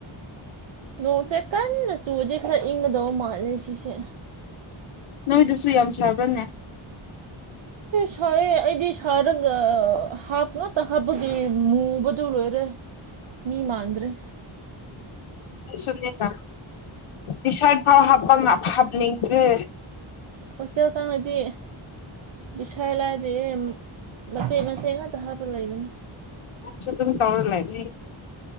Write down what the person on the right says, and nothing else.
ꯅꯣꯡꯁꯦ ꯀꯟꯅ ꯆꯨꯗꯤ ꯈꯔ ꯏꯪꯒꯗꯧ ꯃꯥꯜꯂꯦ ꯁꯤꯁꯦ
ꯁꯥꯏꯑꯦ ꯑꯩꯗꯤ ꯁꯥꯔꯒ ꯍꯥꯞ ꯉꯥꯛꯇ ꯍꯥꯞꯄꯒꯤ ꯃꯨꯕꯗꯨ ꯂꯣꯏꯔꯦ ꯃꯤ ꯃꯥꯥꯟꯗ꯭ꯔꯦ
ꯍꯣꯁꯇꯦꯜ ꯆꯪꯅꯗꯤ ꯗꯤꯁ꯭ꯋꯥꯏ ꯂꯥꯏꯗꯤꯌꯦ ꯃꯆꯦꯠ ꯃꯆꯦꯠ ꯉꯥꯛꯇ ꯍꯥꯞꯄ ꯂꯩꯕꯅ